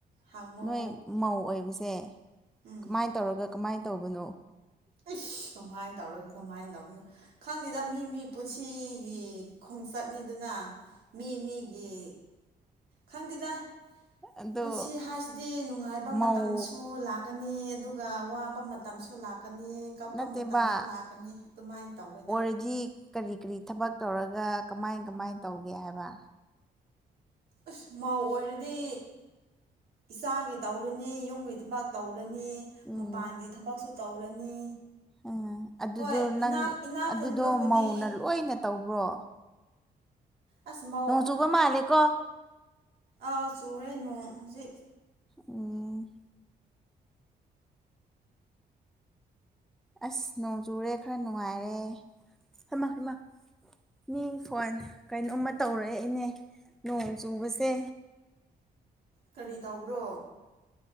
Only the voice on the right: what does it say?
ꯍꯪꯉꯣ
ꯎꯝ
ꯑꯩꯁ ꯀꯃꯥꯏꯅ ꯇꯧꯔꯒ ꯀꯃꯥꯏꯅ ꯇꯧꯅꯣ ꯈꯪꯗꯦꯗ ꯃꯤ ꯃꯤ ꯄꯨꯟꯁꯤꯒꯤ ꯈꯣꯡꯆꯠꯅꯤꯗꯨꯅ ꯃꯤ ꯃꯤꯒꯤ ꯈꯪꯗꯦꯗ
ꯄꯨꯟꯁꯤ ꯍꯥꯏꯁꯤꯗꯤ ꯅꯨꯡꯉꯥꯏꯕ
ꯃꯇꯝꯁꯨ ꯂꯥꯛ ꯂꯥꯛꯀꯅꯤ ꯑꯗꯨꯒ ꯋꯥꯕ ꯃꯇꯝꯁꯨ ꯂꯥꯛꯀꯅꯤ ꯀꯞꯄ
ꯃꯇꯝꯁꯨ ꯂꯥꯛꯀꯅꯤ ꯑꯗꯨꯃꯥꯏꯅ ꯇꯧꯋꯦꯗ
ꯑꯁ ꯃꯥꯧ ꯑꯣꯏꯔꯗꯤ ꯏꯆꯥꯒꯤ ꯇꯧꯔꯅꯤ ꯌꯨꯝꯒꯤ ꯊꯕꯛ ꯇꯧꯔꯅꯤ
ꯃꯄꯥꯟꯒꯤ ꯊꯕꯛꯁꯨ ꯇꯧꯔꯅꯤ
ꯍꯣꯏ
ꯏꯅꯥꯛ ꯏꯅꯥꯛ
ꯈꯨꯟꯕꯕꯨꯗꯤ
ꯑꯁ ꯃꯧ
ꯑꯥ ꯆꯨꯔꯦ ꯅꯣꯡ ꯍꯧꯖꯤꯛ
ꯀꯔꯤ ꯇꯧꯕ꯭ꯔꯣ